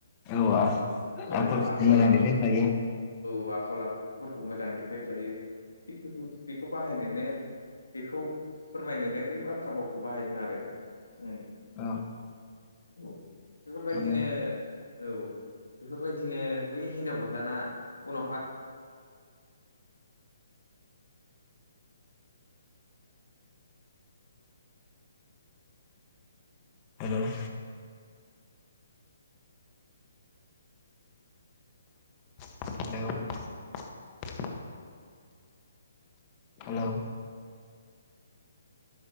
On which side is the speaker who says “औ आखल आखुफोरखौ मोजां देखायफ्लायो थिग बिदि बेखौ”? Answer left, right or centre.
Left